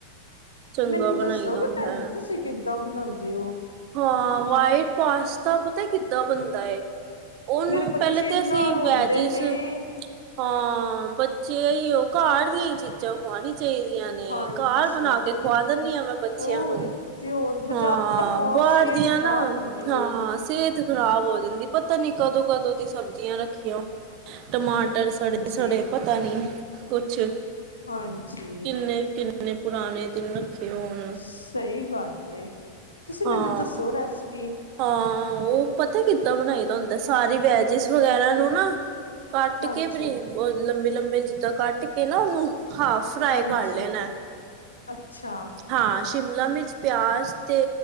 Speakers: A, on the right (about 40°); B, on the left (about 75°).
A: ਚੰਗਾ
B: ਮੈਨੂੰ
A: ਬਣਾਈ
B: ਦੱਸੋ਼ਗੇ
A: ਦਾ ਹੁੰਦਾ
B: ਭੈਣਜੀ
A: ਹੈ
B: ਤੁਸੀਂ ਕਿੱਦਾਂ ਬਣਾਉਂਦੇ ਹੋ
A: ਹਾਂ ਵਾਈਟ ਪਾਸਤਾ ਪਤਾ ਕਿੱਦਾਂ ਬਣਦਾ। ਉਹਨੂੰ
B: ਮੇਰੇ ਬੱਚੇ
A: ਪਹਿਲੇ
B: ਇੰਨਾ
A: ਤਾਂ ਅਸੀਂ
B: ਰੋਂਦੇ
A: ਵੈਜਿਸ
B: ਨੇ
A: ਹਾਂ ਬੱਚੇ ਹੀ ਉਹ ਘਰ ਦੀਆਂ ਹੀ ਚੀਜ਼ਾਂ ਖਵਾਣੀਆ ਚਾਹੀਦੀਆਂ। ਨੇ
B: ਹਾਂਜੀ
A: ਘਰ ਬਣਾ ਕੇ ਖਵਾ ਦਿੰਦੀ ਹਾਂ ਮੈਂ ਬੱਚਿਆਂ
B: ਹੋਰ
A: ਨੂੰ
B: ਤੇ ਹੋਰ ਬਾਜ਼ਾਰ
A: ਹਾਂ
B: ਖਾਓ
A: ਪਰ
B: ਸਿਹਤ
A: ਦੀਆਂ
B: ਖ਼ਰਾਬ
A: ਨਾ
B: ਹੁੰਦੀ
A: ਹਾਂ
B: ਏ
A: ਹਾਂ ਸਿਹਤ ਖ਼ਰਾਬ ਹੋ ਜਾਂਦੀ ਪਤਾ ਨੀ ਕਦੋਂ, ਕਦੋਂ ਦੀ ਸਬਜ਼ੀਆਂ ਰੱਖੀਆਂਆਂ ਟਮਾਟਰ ਸੜੇ
B: ਹਾਂਜੀ
A: ਸੜੇ ਪਤਾ ਨੀ ਕੁਛ
B: ਹਾਂਜੀ।
A: ਕਿੰਨੇ, ਕਿੰਨੇ ਪੁਰਾਣੇ ਦਿਨ ਰੱਖੇ ਹੋਣ।
B: ਸਹੀ ਗੱਲ ਤੁਸੀਂ ਮੈਨੂੰ
A: ਹਾਂ
B: ਦੱਸੋ ਰੈਸਪੀ
A: ਹਾਂ ਉਹ ਪਤਾ ਕਿੱਦਾਂ ਬਣਾਈ ਦਾ ਹੁੰਦਾ ਸਾਰੀ ਵੈਜਿਸ ਵਗੈਰਾ ਨੂੰ ਨਾ ਕੱਟ
B: ਹਾਂਜੀ,
A: ਕੇ ਬਰੀ ਓਰ ਲੰਬੇ-ਲੰਬੇ ਜਿੱਦਾਂ ਕੱਟ ਕੇ ਨਾ ਉਹਨੂੰ ਹਾਂ। ਫ਼ਰਾਏ
B: ਹਾਂਜੀ।
A: ਕਰ ਲੈਣੈ।
B: ਅੱਛਾ,
A: ਹਾਂ ਸ਼ਿਮਲਾ-ਮਿਰਚ, ਪਿਆਜ਼ ਤੇ